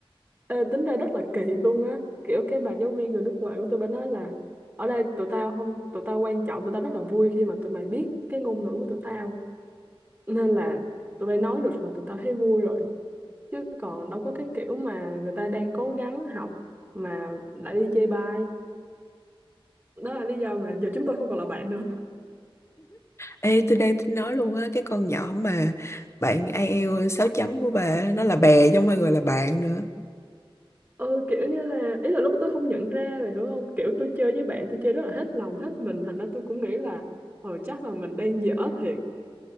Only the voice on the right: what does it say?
Ê, tính ra rất là kỳ luôn á kiểu cái bà giáo viên người nước ngoài của tôi bà nói là ở đây tụi tao không tụi tao quan trọng tụi tao rất là vui khi mà tụi mày biết cái ngôn ngữ của tụi tao nên là tụi bay nói được là tụi tao thấy vui rồi chứ còn đâu có cái kiểu mà người ta đang cố gắng học mà lại đi chê bai đó là lý do mà giờ chúng tôi không còn là bạn nữa
Ờ, kiểu như là ý là lúc đó tôi không nhận ra rồi hiểu không kiểu tôi chơi với bạn tôi chơi rất là hết lòng hết mình thành ra tôi cũng nghĩ là ờ chắc là mình đang dở thiệt